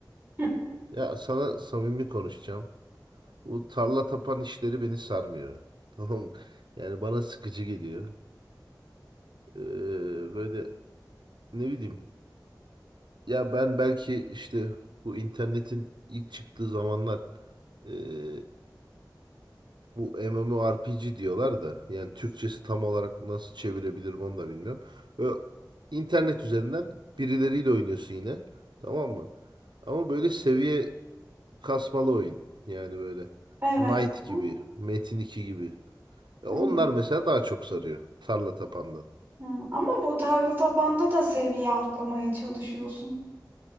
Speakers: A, on the right (about 25°); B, on the right (about 75°).
A: Hı,
B: Ya sana samimi konuşacağım. Bu tarla tapan işleri beni sarmıyor. <laughs> Tamam. mı? Yani bana sıkıcı geliyor. Ee, böyle ne bileyim. Ya ben belki işte bu internetin ilk çıktığı zamanlar ee, bu MMORPG diyorlar da yani Türkçesi tam olarak nasıl çevirebilirim onu da bilmiyorum. Böyle internet üzerinden birileriyle oynuyorsun yine. Tamam mı? Ama böyle seviye kasmalı oyun. Yani böyle
A: Evet.
B: Knight gibi,
A: Hı,
B: Metin iki gibi. E, Onlar
A: hı,
B: mesela daha çok sarıyor. Tarla tapandan.
A: hı. Ama bu tarla tapanda da seviye atlamaya çalışıyorsun.